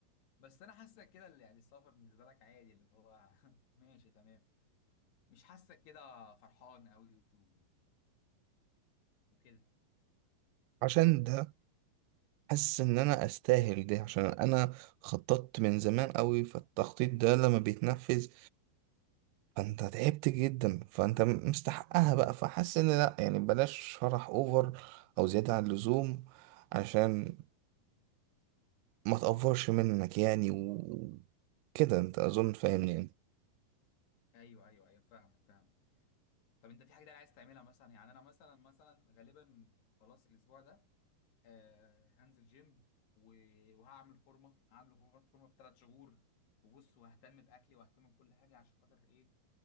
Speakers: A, on the left; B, on the right.
A: بس انا حاسك كده اللي يعني السفر بالنسبة لك عادي اللي هو <laughs> ماشي تمام مش حاسك كده فرحان قوي و... وكده
B: عشان ده حاسس إن أنا أستاهل ده عشان أنا خططت من زمان قوي فالتخطيط ده لما بيتنفذ فانت تعبت جدا فانت م- مستحقها بقى فحاسس ان لا يعني بلاش شرح اوفر او زيادة عن اللزوم عشان ما تقفرش منك يعني و- وكده انت اظن فاهمني يعني
A: ايوه ايوه ايوه فاهمك فاهمك طب انت في حاجة تانية عايز تعملها مثلا يعني انا مثلا مثلا غالبا خلاص الاسبوع ده آه هنزل جيم و- وهعمل فورمه هعمل فورمه فورمة في ثلاث شهور وبص وههتم باكلي واهتم بكل حاجه عشان خاطر ايه